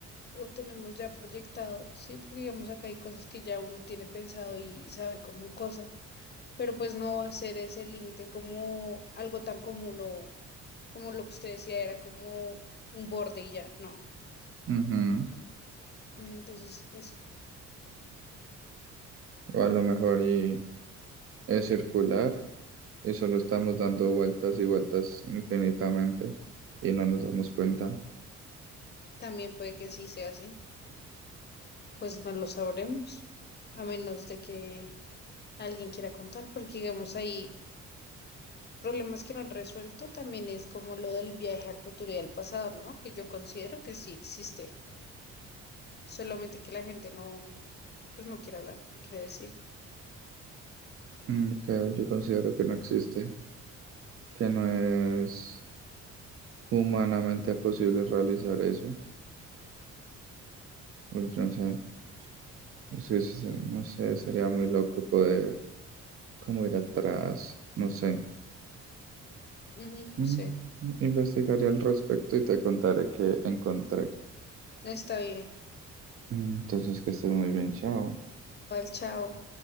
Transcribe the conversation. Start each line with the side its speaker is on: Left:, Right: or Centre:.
Left: o tenemos ya proyectado, sí, porque digamos acá hay cosas que ya uno tiene pensado y sabe como cosas, pero pues no va a ser ese límite como algo tan común o como lo que usted decía era como un borde y ya, no.
Right: Ujú.
Left: Entonces, eso
Right: O a lo mejor y es circular y solo estamos dando vueltas y vueltas infinitamente y no nos damos cuenta.
Left: también puede que sí sea así. pues no lo sabremos, a menos de que alguien quiera contar, porque digamos hay problemas que no han resuelto también es como lo del viaje al futuro y al pasado, ¿no? Que yo considero que sí existe, solamente que la gente no, pues no quiere hablar, no quiere decir.
Right: Mm, Que yo considero que no existe, que no es humanamente posible realizar eso. Uy, no sé, es que es- no sé, sería muy loco poder como ir atrás, no sé.
Left: Ujú,
Right: Mm,
Left: No sé,
Right: Investigaré al respecto y te contaré qué encontré.
Left: está bien.
Right: Mm, Entonces, que estés muy bien, chao.
Left: Igual, chao.